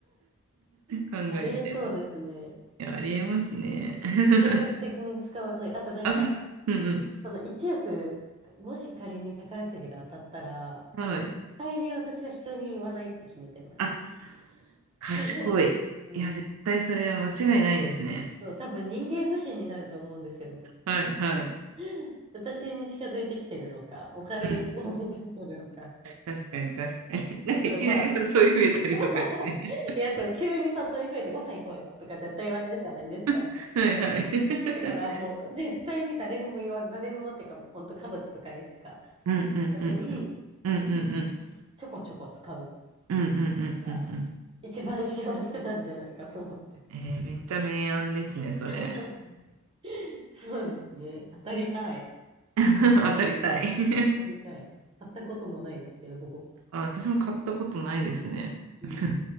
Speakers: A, on the right; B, on the right.
A: 考えちゃいます。
B: ありえそうですね。
A: いや、ありえますね。<laughs>
B: 計画的に使わない。あとなんか、
A: あ、そう、うん
B: その1億、もし仮に宝くじが当たったら、
A: うん。
B: もう絶対に私は人に言わないって決めてます。
A: はい。あ、賢い。
B: <laughs> うん。
A: いや、絶対それ間違いないですね。
B: そう、多分人間不信になると思うんですよね。
A: はいはい。う
B: <laughs> 私に近づいてきてるのか、お金に近づいてきてるのか。
A: ん、
B: <laughs>
A: 確かに確かに。<laughs> なんかいきなりさ、
B: そう、まあ、
A: そういう増えたりとかして。
B: <laughs> いや、そう、急に誘い増えてご飯行こうよとか絶対言われるじゃないですか。
A: <laughs> はいはい。<laughs>
B: だからもう <laughs> 絶対に誰にも言わ、誰にもっていうかもう本当家族とかにしか言
A: うんうんうんうん。
B: わずに、
A: うんうんうん。
B: ちょこちょこ使う
A: うんうんうん
B: のが
A: うんうんうん
B: 一番幸せなんじゃないかと思って。
A: えーめっちゃ明暗ですね、それ。
B: <laughs> そうですね。当たりたい。
A: <laughs> 当たりたい
B: 当たりたい。買ったこともないですけど、ほぼ。
A: <laughs> あ、私も買ったことないですね。
B: うん
A: <laughs>